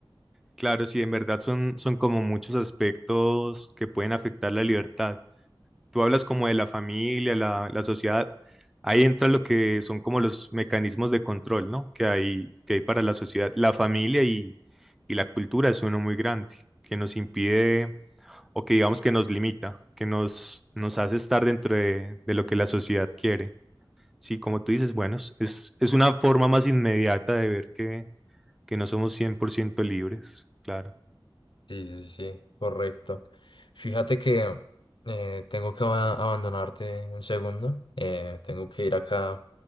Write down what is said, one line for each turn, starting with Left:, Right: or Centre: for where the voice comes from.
Centre: claro, sí, en verdad son, son como muchos aspectos que pueden afectar la libertad. Tú hablas como de la familia, la, la sociedad, ahí entra lo que son como los mecanismos de control, ¿no? Que hay, que hay para la sociedad. La familia y, y la cultura es uno muy grande, que nos impide o que digamos que nos limita, que nos, nos hace estar dentro de, de lo que la sociedad quiere. Sí, como tú dices, bueno, es, es una forma más inmediata de ver que, que no somos 100% libres, claro.
Left: Sí, sí, sí, correcto. Fíjate que eh, tengo que aba- abandonarte un segundo. eh, tengo que ir acá a